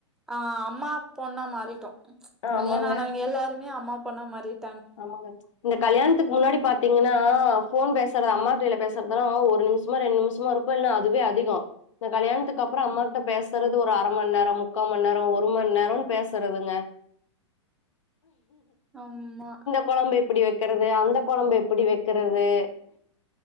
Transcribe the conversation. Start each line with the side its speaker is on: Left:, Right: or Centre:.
Centre: ஆ அம்மா பொண்ணா மாறிட்டோ கல்யாண
Left: ஆமாங்க
Centre: ஆனவங்க எல்லாருமே அம்மா பொண்ணா மாறிட்டோ
Left: ஆமாங்க இந்த கல்யாணத்துக்கு முன்னாடி பாத்தீங்கனா ஃபோன் பேசுறது அம்மா கைல பேசுறதல்லா ஒரு நிமிஷமோ ரெண்டு நிமிஷமோ இருக்கு இப்பல்லா அதுவே அதிகோ இந்த கல்யாணத்துக்கு அப்றோ அம்மா கிட்ட பேசறது ஒரு அர மண்நேரோ முக்கா மண்நேரோ ஒருமண்நேரம்னு பேசறதுங்க
Centre: அம்மா
Left: கொழம்பு எப்டி வெக்கறது அந்த கொழம்பு எப்டி வெக்கறது